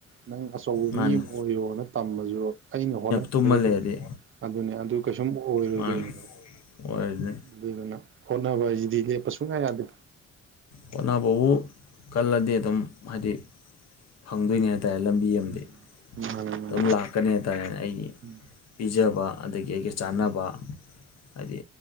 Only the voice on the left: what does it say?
ꯃꯥꯅꯤ
ꯇꯨꯝꯃ ꯂꯩꯔꯗꯤ
ꯃꯥꯅꯤ ꯑꯣꯏꯔꯅꯤ
ꯍꯣꯠꯅꯕꯕꯨ ꯀꯜꯂꯗꯤ ꯑꯗꯨꯝ ꯍꯥꯏꯗꯤ ꯐꯪꯗꯣꯏꯅꯦ ꯍꯥꯏꯇꯥꯔꯦ ꯂꯝꯕꯤ ꯑꯝꯗꯤ
ꯑꯗꯨꯝ ꯂꯥꯛꯀꯅꯦ ꯍꯥꯏ ꯇꯥꯔꯦꯅꯦ ꯑꯩꯒꯤ
ꯄꯤꯖꯕ ꯑꯗꯒꯤ ꯑꯩꯒ ꯆꯥꯟꯅꯕ ꯍꯥꯏꯗꯤ